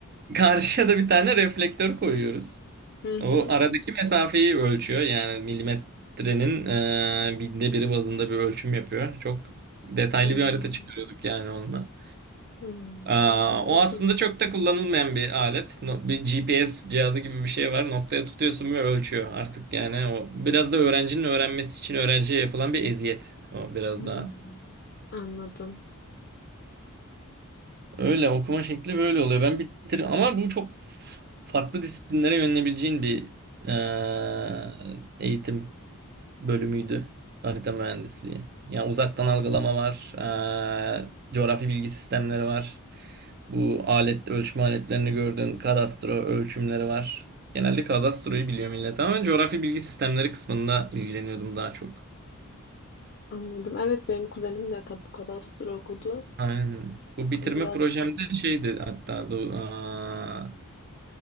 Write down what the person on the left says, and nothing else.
Hı hı.
Hmm.
Hmm,
anladım.
Hmm.
Anladım.
Anladım. Evet benim kuzenim de tapu kadastro okudu.
Biraz